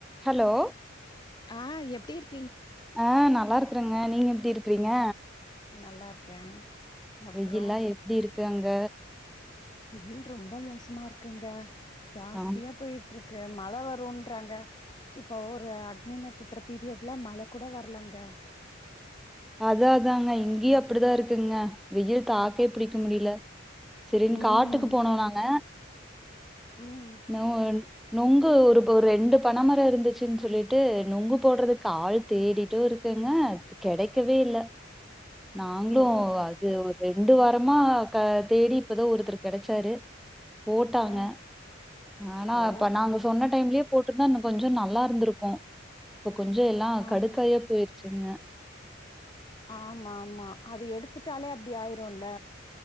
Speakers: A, in the centre; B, on the left.
A: Hello
B: ஆஹ் எப்டி இரு
A: ஆஹ் நல்லா இருக் குறங்க நீங்க எப்டி இருக்கிறீங்க
B: நல்லா இருக்கே அப்றோ
A: வெயில்லா எப்டி இருக்கு அங்க
B: வெயில் ரொம்ப மோசமா இருக்குங்க ஜாஸ்தியா
A: ஆ
B: போயிட்ருக் க்கு மழ வரும்ன்றாங்க இப்போ ஒரு அக்னி நட்சத்திர பீரியட்ல மழ கூட வரலங்க
A: அதா அதாங்க இங்கயு அப்பிடிதா இருக்குங்க வெயில் தாக் கே பிடிக்க முடியல சரினு
B: ம்
A: காட்டுக்கு போனோம் நாங்க
B: ம்
A: நவ்கன் நெங்கு ஒரு ஒரு ரெண்டு பனைமரொ இருந்துச்சுன்னு சொல்லிட்டு நொங்கு போடுறதுக்கு ஆள் தேடிட்டுருக்குங்க கெடைக் கேவே இல்ல நாங்களும்
B: ஓ
A: து ஒரு ரெண்டு வாரமா க தேடி இப்பதான் ஒருத்தர் கிடைச்சாரு போட்டாங்க
B: ஆ
A: ஆனா
B: ஓ
A: இப்ப நாங்க சொன்ன டைம்லேயேப் போட்டுருந்தா இன்னு கொஞ்சோ நல்லா இருந்திருக்கு இப்ப கொஞ்சம் எல்லாம்
B: ஆமா
A: கடுக்காயா போயிருச் சின்ன
B: ஆமா ஆமா அத எடுத்துட்டாலே அப்படி ஆயிரும்ல